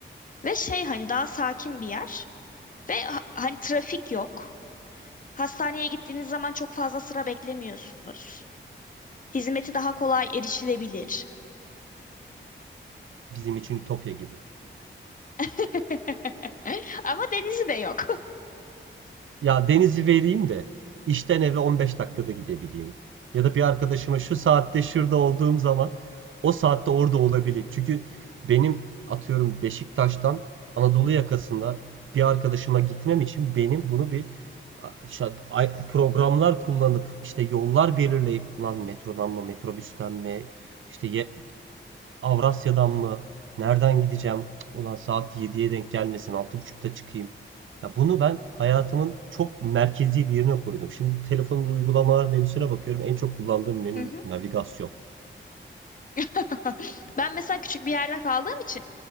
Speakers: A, on the left; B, on the right.
A: Ve şey hani daha sakin bir yer. Ve ha- hani trafik yok. Hastaneye gittiğiniz zaman çok fazla sıra beklemiyorsunuz. Hizmeti daha kolay erişilebilir.
B: bizim için ütopya gibi.
A: <laughs> Ama denizi de yok.
B: Ya denizi vereyim de işten eve 15 dakikada gidebileyim. Ya da bir arkadaşıma şu saatte şurada olduğum zaman o saatte orada olabileyim. Çünkü benim atıyorum Beşiktaş'tan Anadolu yakasında bir arkadaşıma gitmem için benim bunu bir işte ay- programlar kullanıp işte yollar belirleyip lan metrodan mı metrobüsten mi işte ye- Avrasya'dan mı? Nereden gideceğim? Ulan saat yediye denk gelmesin. altı buçukta çıkayım. Ya bunu ben hayatımın çok merkezi bir yerine koydum. Şimdi telefonumda uygulamalar menüsüne bakıyorum. En çok kullandığım menü
A: <laughs> Hı hı.
B: navigasyon.
A: <laughs> Ben mesela küçük bir yerde kaldığım için